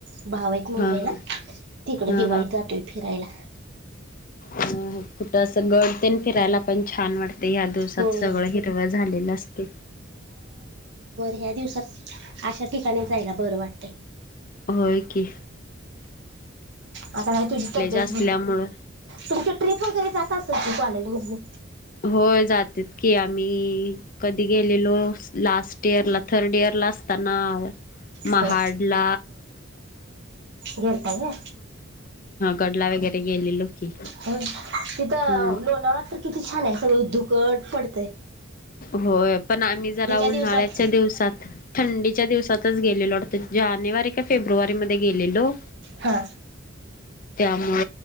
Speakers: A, on the right; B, on the left.
A: भाव आहेत मुंबईला
B: हा हा
A: तिकडे दिवाळीत
B: हा
A: जातोय फिरायला
B: अ कुठ असं गडते फिरायला पण छान वाटत ते या दिवसात
A: होय
B: सगळं हिरवं झालेलं असते
A: या दिवसात अशा ठिकाणी जायला बरं वाटतय
B: हो कि
A: आता नाही तुझी तब्येत
B: असल्यामुळं
A: तुमची ट्रिप वगैरे जात असत त कॉलेज म
B: होय जातेत की आम्ही कधी गेलेलो लास्ट इयर ला थर्ड इयर ला असताना
A: हो
B: महाडल
A: गेलता का
B: गडला वगैरे गेले लो की
A: हं. तिथं
B: हम्म
A: लोणाळा तर किती छान आहे सगळं दुकट पडतय
B: होय पण आम्ही जरा उन्हाळ्याच्या
A: दिवसात
B: दिवसात थंडीच्या दिवसातच गेलेलो वाटत जानेवारी का फेब्रुवारी मध्ये गेलेलो
A: हा
B: त्यामुळ